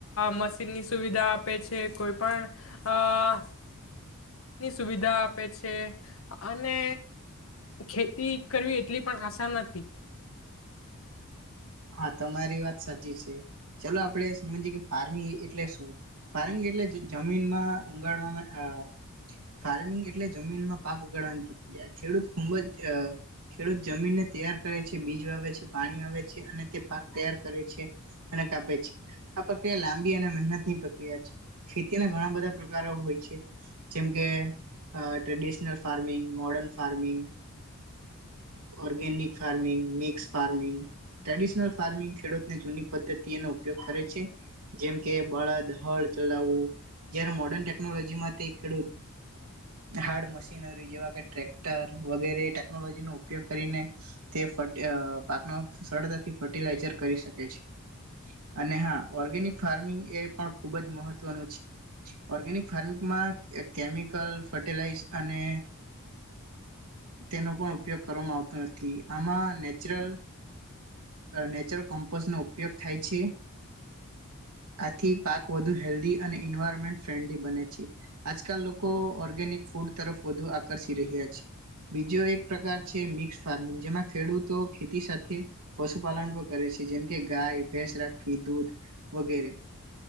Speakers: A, on the left; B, on the right.
A: મશીનની સુવિધા આપે છે કોઈ પણ, આ ની સુવિધા આપે છે, અને ખેતી કરવી એટલી પણ આશા નથી.
B: હા તમારી વાત સાચી છે, ચાલો આપડણે સમજીય કે ફાર્મિંગ એટલે શું, ફાર્મિંગ એટલે જમીનમાં ઉગાડવાવામાં ફાર્મિંગ એટલે જમીનમાં પાક ઉગાડવાની પ્રક્રિયા ખેડૂત ખૂબ જ ખેડૂત જમીનને તૈયાર કરે છે બીજ વાવે છે પાણી વાવે છે. કાપે છે, આ પ્રક્રિયા લાંબી અને મહેનતની પ્રક્રિયા છે ખેતીના ઘણા બધા પ્રકારો હોય છે, જેમકે traditional farming, modern farming, organic farming, mix farming. Traditional farming ખેડૂતને જૂની પદ્ધતિ એનો ઉપયોગ કરે છે, જેમ કે બળદ હળ ચલાવવું, જયારે મોર્ડર્ન ટેકનોલોજીમાં તે ખેડૂત, હાર્ડ મશીનરી જેવા કે ટ્રેક્ટર વગેરે ટેકનોલોજીનોો ઉપયોગ કરીને, તે ફ પાકનો સરટલાઝર કરી શકે છે, અને હા ઓર્ગેનિક ફાર્મિંગ એ પણ ખૂબ જ મહત્વનું છે, ઓર્ગેનિક ફાર્મિંગમાં કેમિકલ ફર્ટિલાઈઝ અને તેનો પણ ઉપયોગ કરવામાં આવતો નથી આમાં નેચરલ નેચરલ કમ્પોઝ નો ઉપયોગ થાય છે, આથી પાક વધુ હેલ્ધી અને એન્વાયરોમેન્ટ ફ્રેન્ડલી બને છે, આજકાલ લોકો ઓર્ગેનિક ફૂડ તરફ વધુ આકર્ષી રહ્યા છે, બીજો એક પ્રકાર છે મિક્ ફારમિંગ જેમાં ખેડૂતો ખેતી સાથે પશુપાલન પણ કરે છે જેમકે ગાય ભેંસ રાખવી દૂધ, વગેરે,